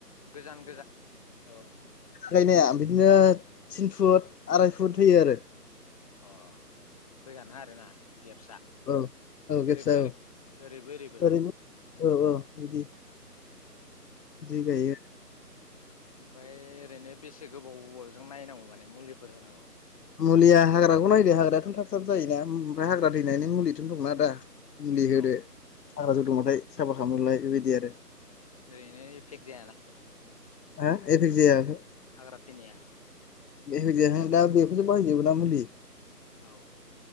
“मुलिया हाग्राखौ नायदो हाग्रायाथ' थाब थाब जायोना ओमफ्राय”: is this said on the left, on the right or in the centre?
Left